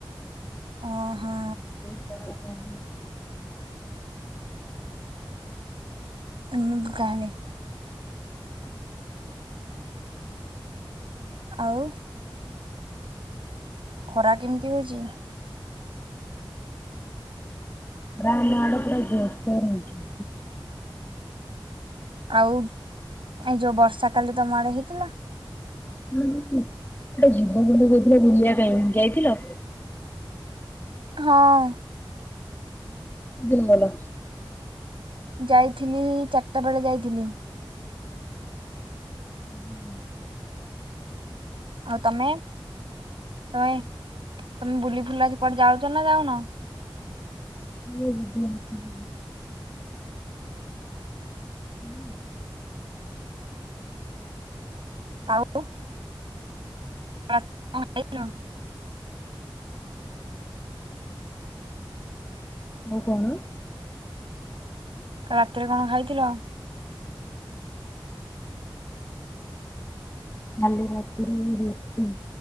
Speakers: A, on the right (about 70°); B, on the left (about 20°).
A: ଓହୋ।
B: <inaudible>
A: ଏମିତି ତାହେଲେ। ଆଉ। ଖରା କେମିତି ହଉଛି?
B: ନା ଆମଆଡେ ପୁରା ଜରସେ ହଉଛି।
A: ଆଉ ଏଇ ଯୋଉ ବର୍ଷା କାଲି ତମ ଆଡେ ହେଇଥିଲା।
B: ହଁ ଗୋଟେ ହେ ଯିବ ବୋଲି କହୁଥିଲ ବୁଲିବା ପାଇଁ ଯାଇଥିଲ।
A: ହଁ।
B: କୁ ଦିନ ଗୋଲ।
A: ଯାଇଥିଲି ଚାରିଟା ବେଳେ ଯାଇଥିଲି।
B: ହୁଁ।
A: ଆଉ ତମେ ତମେ ତମେ ବୁଲି ଫୁଲି କୁଆଡେ ଯାଉଛ ନା ଯାଉନ?
B: <inaudible> ହୁଁ।
A: ଆଉ ରାତିରେ କଣ ଖାଇଥିଲ?
B: ଆଉ କଣ?
A: ରାତିରେ କଣ ଖାଇଥିଲ?
B: କାଲି ରାତିରେ ରୁଟି